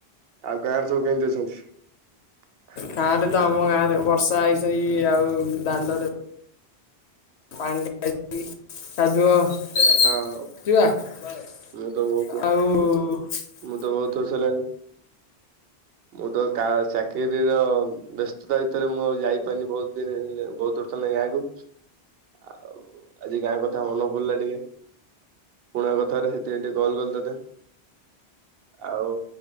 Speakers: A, on the right (about 70°); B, on the left (about 80°).
A: ଆଉ ଗାଁରେ ସବୁ କେମିତି ଅଛନ୍ତି।
B: ଗାଁରେ ତ ଆମ ଗାଁ ରେ ବର୍ଷା ହେଇ ଆଉ ଦାଣ୍ଡରେ ପାଣି <unintelligible> କାଦୁଅ
A: ହଁ
B: <unintelligible>
A: ମୁଁ ତ ବହୁତ
B: ଆଉ।
A: ମୁଁ ତ ବହୁତ ର୍ଷ ହେ ଲ ମୁଁ ତ ଚାକିରିର ବ୍ୟସ୍ତତା ଭିତରେ ମୁଁ ଯାଇପାରିନି ବହୁତ ଦିନ ବହୁତ ର୍ଷ ହେ ଲେ ଗାଁ କ ଆଉ ଆଜି ଗାଁ କଥା ମନେ ପଡିଲା ଟିକେ ପୁଣା କଥାରେ ସେଥିପାଇଁ ଟିକେ କଲ୍ ଗଲ ତତେ ଆଉ